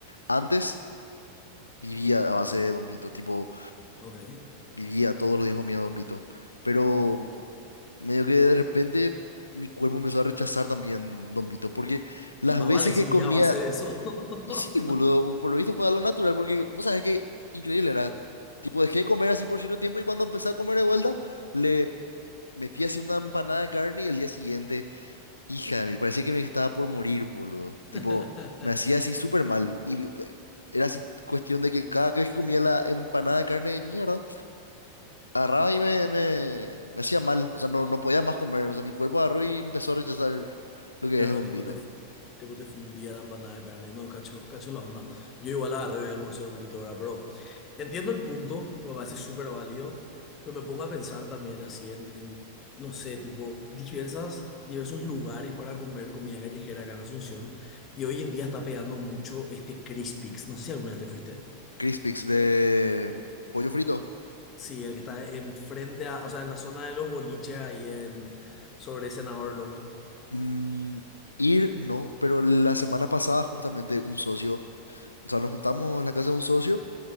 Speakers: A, on the left; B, on the left.
A: antes vivía a base de Don Vito, tipo,
B: Ok.
A: vivía todos los días comía Don Vito. Pero medio que de repente mi cuerpo empezó a rechazar también Don Vito, porque las
B: Y más
A: veces
B: vale si
A: que comía,
B: a base de eso. <laughs>
A: y sí, boludo, por lo visto fue algo natural, porque vos sabés que increíble era, tipo dejé de comer así por cierto tiempo y cuando empecé a comer de vuelta, le metí así una empanada de carne y el día siguiente, hija de mil, parecía que me estaba por morir, boludo,
B: <laughs>
A: tipo, me hacía así súper mal, y eh, era así cuestión de que cada vez que comía la empanada de carne, mierda, agarraba y me, me, me hacía mal, o sea, no, no podía más comer, o sea, mi cuerpo agarró y empezó a rechazar lo que
B: Claro,
A: es el bombito.
B: tipo te, fu- tipo te fundía la empanada de carne. No, cacho, cacho la onda. Yo igual agarré el almorcé con Vito, ¿verdad? Pero entiendo el punto, me parece súper válido, pero me pongo a pensar también así en, en, no sé, tipo diversas, diversos lugares para comer comida callejera acá en Asunción. Y hoy en día está pegando mucho este Crispix. No sé si alguna vez te fuiste.
A: Crispix de pollo frito.
B: Sí, el que está enfrente a, o sea, en la zona de los boliches ahí en, sobre Senador Long.
A: Mm, ir, no, pero la semana pasada justamente un socio, o sea, nos juntamos en la casa de un socio,